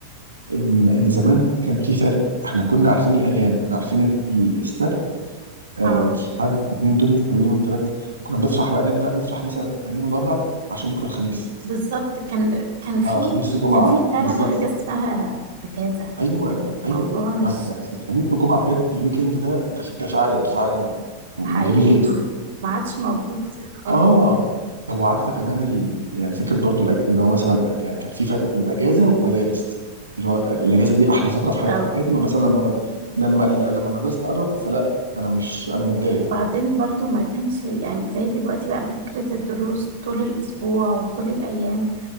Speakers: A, on the right; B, on the right.
A: ان ان زمان كان في فرق احنا كنا عارفين الايام كنا عارفين ال- السبت آه،
B: اه
A: الحد الاثنين دول مش حلوين والثلاث كنا بنفرح بقى نبدا نفرح مثلا يوم الاربع عشان بكره الخميس
B: بالظبط كان كان في
A: اه خميس وجمعه
B: كان في فعلا
A: بالظبط
B: حاجه اسمها اجازه
A: ايوه
B: يعني الموضوع
A: ايوه
B: مش
A: يعني الخميس والجمعه بجد الويك اند ده ده ده فعلا فعلا جميل
B: حقيقي
A: جدا
B: ما عادش موجود كده خالص
A: اه طب وعارفه كمان ال... يعني فكره برضو الأج... اللي هو مثلا يعني كان في فرق بين الاجازه والمدارس اللي هو الاجازه
B: ايوه
A: دي احلى فتره في
B: اه
A: حياتي ومثلا لما لما ال- لما المدرسه تقرب فلا انا مش انا متضايق
B: وبعدين برضو ما كانش يعني زي دلوقتي بقى فكرة الدروس طول الأسبوع وكل الأيام